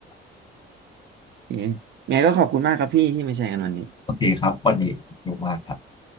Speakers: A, on the right; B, on the left.
A: โอเคไงก็ขอบคุณมากครับพี่ที่มาแชร์กันวันนี้
B: โอเคครับวันนี้สนุกมากครับ